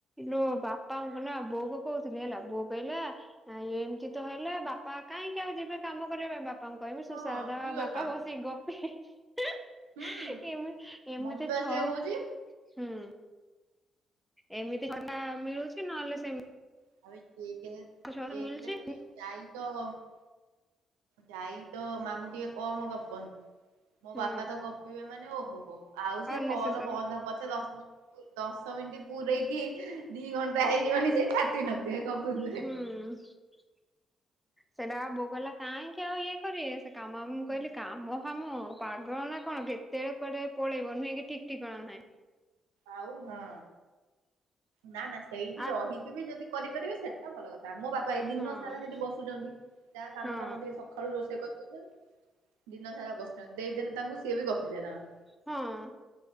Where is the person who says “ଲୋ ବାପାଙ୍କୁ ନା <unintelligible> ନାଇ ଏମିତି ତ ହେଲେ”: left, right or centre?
Centre